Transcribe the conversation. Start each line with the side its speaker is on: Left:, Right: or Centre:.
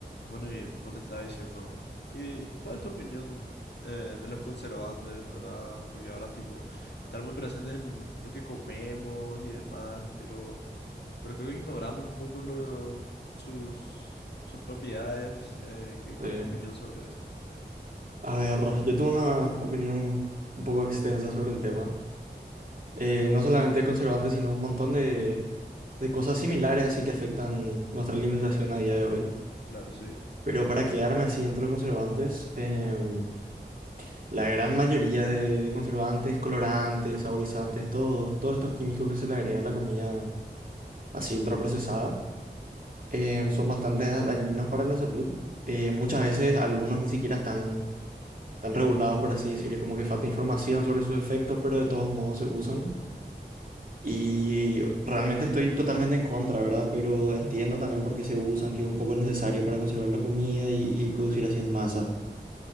Left: Bueno, y como te estaba diciendo, ¿qué, cuál es tu opinión eh, de los conservantes, verdad? Porque ahora, tipo, están muy presentes en lo que comemos y demás, pero, pero creo que ignoramos un poco lo, sus, sus propiedades. eh, ¿qué- cuál
Right: Sí,
Left: es tu opinión sobre eso?
Right: A ver, yo tengo una opinión un poco extensa sobre el tema. Eh, no solamente conservantes, sino un montón de, de cosas similares así que afectan nuestra alimentación a día de hoy.
Left: Claro, sí.
Right: Pero para quedarme así dentro de conservantes, em, la gran mayoría de, de conservantes, colorantes, saborizantes, todo, todos estos químicos que se le agrega a la comida así ultraprocesada, em, son bastante da- dañinos para la salud. Eh, muchas veces algunos ni siquiera están tan reguladas, por así decir. Es como que falta información sobre sus efectos, pero de todos modos se usan. Y realmente estoy totalmente en contra, ¿verdad? Pero entiendo también por qué se usan, que es un poco necesario para conservar la comida y, y producir así en masa.